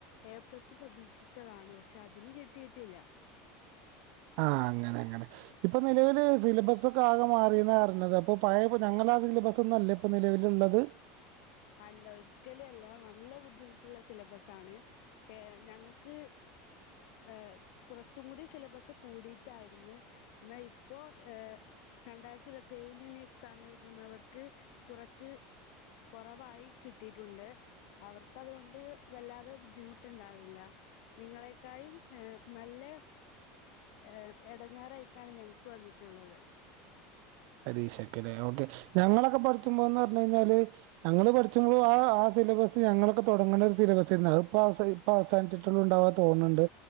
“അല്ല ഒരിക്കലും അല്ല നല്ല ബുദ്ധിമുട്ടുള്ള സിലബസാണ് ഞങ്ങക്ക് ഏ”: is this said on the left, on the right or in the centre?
Left